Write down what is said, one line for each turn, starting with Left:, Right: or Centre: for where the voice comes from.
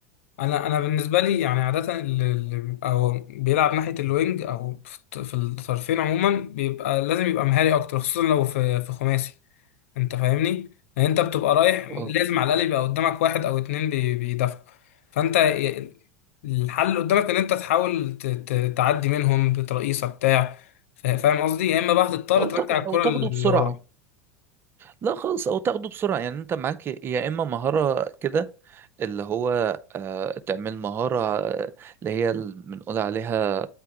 Left: انا انا بالنسبه لي يعني عاده اللي اللي بيبقى هو بيلعب ناحيه الوينج او في الط- في الطرفين عموما بيبقى لازم يبقى مهاري اكتر خصوصا لو في في خماسي انت فاهمني يعني انت بتبقى رايح مم.
Right: أو
Left: لازم على الاقل يبقى قدامك واحد او اتنين بي- بيدافعوا فانت ي- الحل اللي قدامك ان انت تحاول ت- ت- تعدي منهم بترقيصه بتاع فا- فاهم قصدي يا اما بقى هتضطر
Right: أو
Left: ترجع
Right: تاخ-
Left: الكره
Right: أو تاخده
Left: اللي
Right: بسرعة
Left: وراك
Right: لا خالص أو تاخده بسرعة يعني أنت معاك يا إما مهارة كده اللي هو آه، تعمل مهارة آه، اللي هي ال- بنقول عليها